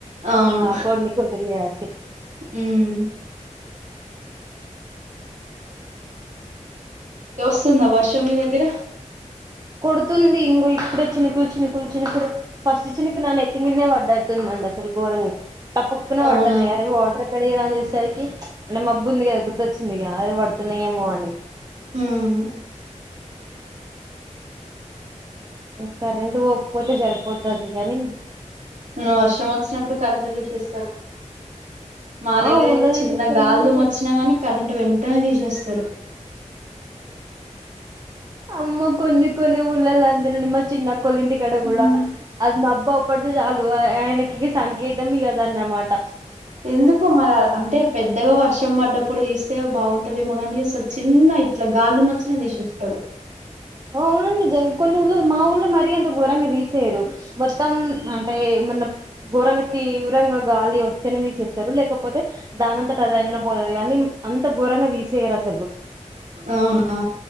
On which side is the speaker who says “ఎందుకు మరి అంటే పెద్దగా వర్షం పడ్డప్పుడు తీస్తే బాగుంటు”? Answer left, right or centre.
Right